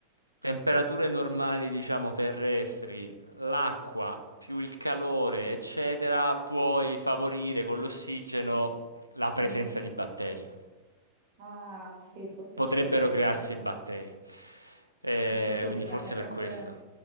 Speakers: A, on the left; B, on the right.
A: temperature normali, diciamo, terrestri, l'acqua più il calore, eccetera, puoi favorire con l'ossigeno la presenza
B: Mm.
A: di batteri.
B: Ah, sì, forse
A: Potrebbero
B: c'hai ragione.
A: crearsi batteri. Eh,
B: Perché sì,
A: quindi
B: mi,
A: forse
B: mi ha sempre...
A: per questo.